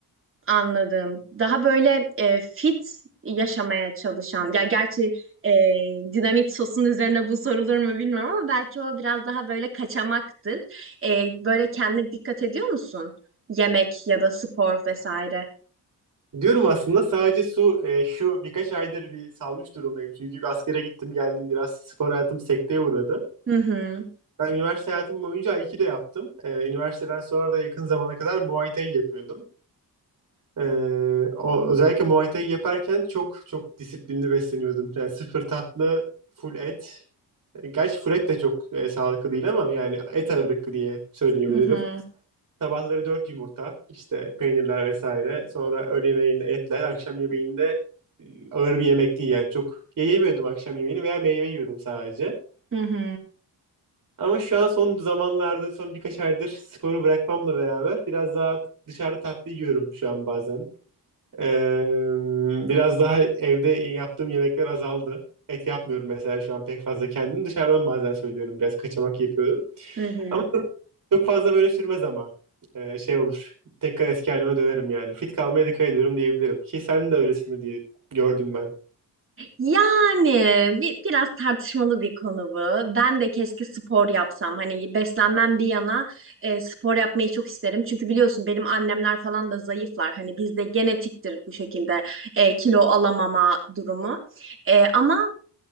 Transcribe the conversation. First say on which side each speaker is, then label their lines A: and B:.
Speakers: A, on the right; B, on the right.
A: Anladım. Daha böyle e, fit yaşamaya çalışan ya gerçi e, dinamit sosun üzerine bu sorulur mu bilmiyorum ama belki o biraz daha böyle kaçamaktır. E, böyle kendine dikkat ediyor musun? Yemek ya da spor vesaire.
B: Diyorum aslında sadece su e, şu birkaç aydır bir salmış durumdayım. Çünkü bir askere gittim geldim biraz spor hayatım sekteye uğradı.
A: Hı hı.
B: Ben üniversite hayatım boyunca Aikido yaptım. Ee, üniversiteden sonra da yakın zamana kadar Muay Thai yapıyordum. Ee, o, özellikle Muay Thai yaparken çok çok disiplinli besleniyordum. Yani sıfır tatlı, full et. Ee, Gerçi full et de çok e, sağlıklı değil ama yani et ağırlıklı diye söyleyebilirim.
A: Hı hı.
B: Sabahları 4 yumurta, işte peynirler vesaire. Sonra öğle yemeğinde etler, akşam yemeğinde e, ağır bir yemek değil yani. Çok yemiyordum akşam yemeğini veya meyve yiyordum sadece.
A: Hı hı.
B: Ama şu an son zamanlarda, son birkaç aydır sporu bırakmamla beraber biraz daha dışarıda tatlı yiyorum şu an bazen. Ee, biraz daha evde yaptığım yemekler azaldı. Et yapmıyorum mesela şu an pek fazla kendim. Dışarıdan bazen söylüyorum. Biraz kaçamak yapıyorum.
A: Hı hı.
B: Ama çok fazla böyle sürmez ama. Ee, şey olur. Tekrar eski halime dönerim yani. Fit kalmaya dikkat ediyorum diyebilirim. Ki sen de öylesindir diye gördüm ben.
A: Yani bir, biraz tartışmalı bir konu bu. Ben de keşke spor yapsam. Hani beslenmem bir yana e, spor yapmayı çok isterim. Çünkü biliyorsun benim annemler falan da zayıflar. Hani bizde genetiktir bu şekilde e, kilo alamama durumu. E, ama